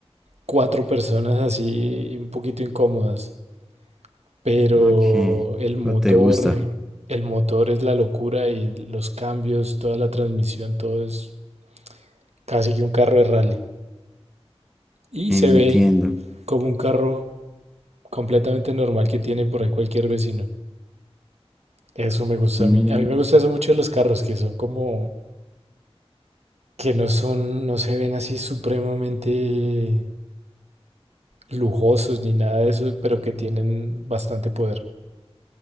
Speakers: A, on the right; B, in the centre.
A: cuatro personas así, un poquito incómodas. Pero
B: Ok,
A: el motor,
B: o te gusta,
A: el motor es la locura y los cambios, toda la transmisión, todo es casi que un carro de rally. Y
B: entiendo.
A: se ve como un carro completamente normal que tiene por ahí cualquier vecino. Eso me gusta
B: Mm,
A: a mí. A mí me gusta eso mucho de los carros, que son como que no son, no se ven así supremamente lujosos ni nada de eso, pero que tienen bastante poder.